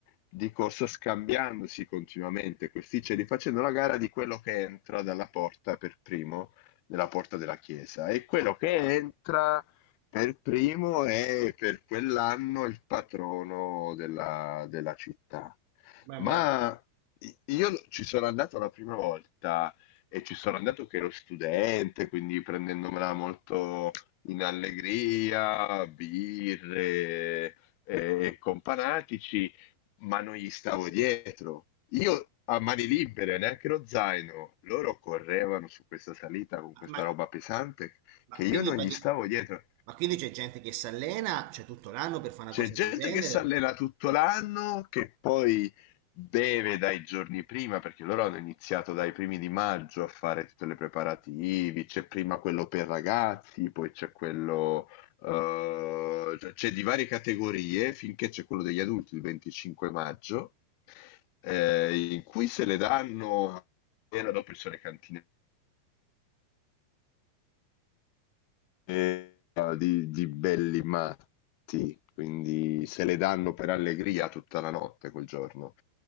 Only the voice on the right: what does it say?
Ma
me la...
Ma,
ma
quindi,
prati-
ma quindi c'è gente che si allena, cioè tutto l'anno per fare
una cosa
del genere?